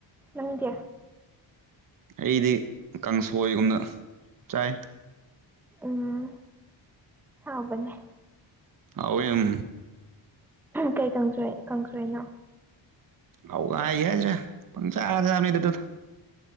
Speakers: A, in the centre; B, on the right.
A: ꯅꯪꯗꯤ
B: ꯑꯩꯗꯤ ꯀꯥꯡꯁꯣꯏꯒꯨꯝꯅ ꯆꯥꯏ
A: ꯎꯝ ꯍꯥꯎꯕꯅꯦ
B: ꯑꯥꯎꯦꯑꯝ
A: ꯀꯩ ꯀꯥꯡꯁꯣꯏ ꯀꯪꯁꯣꯏ ꯀꯥꯡꯁꯣꯏꯅꯣ
B: ꯍꯋꯥꯏꯒꯦ ꯍꯥꯏꯁꯔꯦ ꯄꯨꯡ ꯆꯥ ꯆꯥꯕꯅꯤꯗ ꯑꯗꯨꯗ